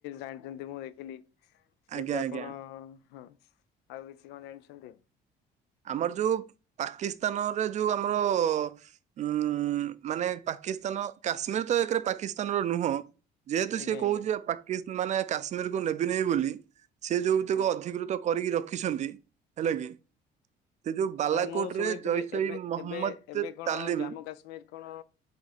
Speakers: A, on the left (about 85°); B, on the right (about 45°).
A: ଜାଣିଛନ୍ତି ମୁଁ ଦେଖିଲି ଯେହେତୁ
B: ଆଜ୍ଞା
A: ଆପଣ
B: ଆଜ୍ଞା।
A: ହଁ ଆଉ କିଛି କଣ ଜାଣିଛନ୍ତି?
B: ଆମର ଯୋଉ ପାକିସ୍ତାନରେ ଯୋଉ ଆମର ଉଁ ମାନେ ପାକିସ୍ତାନ କାଶ୍ମୀର ତ ଏକରେ ପାକିସ୍ତାନର ନୁହଁ। ଯେହେତୁ
A: ଆଜ୍ଞା
B: ସିଏ କହୁଛି
A: ଆଜ୍ଞା।
B: ପାକିସ୍ତା ମାନେ କାଶ୍ମୀରକୁ ନେବିନି ବୋଲି ସେ ଯୋଉ
A: ଆଜ୍ଞା
B: ଟିକେ ଅଧିକୃତ କରିକି ରଖିଛନ୍ତି ହେଲେ କି। ସେ ଯୋଉ ବାଲାକୋଟ
A: ନା ମୁଁ ଶୁଣିଥିଲି
B: ରେ ଜୈସ
A: ଏବେ
B: ଇ ମହମ୍ମଦ
A: ଏବେ ଏବେ କଣ
B: ତାଲିମ
A: ଜାମ୍ମୁ କାଶ୍ମୀର କଣ?